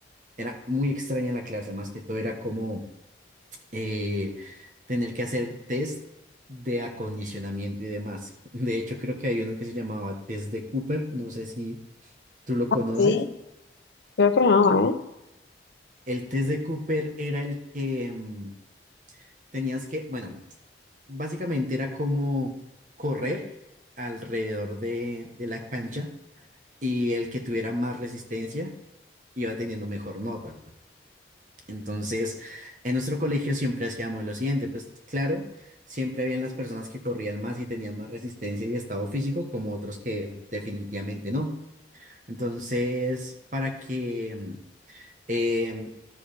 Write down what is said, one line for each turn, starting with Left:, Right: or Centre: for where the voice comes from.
Right: Era muy extraña la clase, más que todo era como eh, tener que hacer test de acondicionamiento y demás. <laughs> De hecho, creo que hay uno que se llamaba test de Cooper, no sé si tú lo conoces
Left: ¿sí? Creo que no, ¿eh?
Right: El test de Cooper era el que mm, tenías que, bueno, básicamente era como correr alrededor de, de la cancha y el que tuviera más resistencia iba teniendo mejor nota. Entonces, en nuestro colegio siempre hacíamos lo siguiente, pues claro, siempre habían las personas que corrían más y tenían más resistencia y estado físico, como otros que definitivamente no. Entonces, para que mm, em,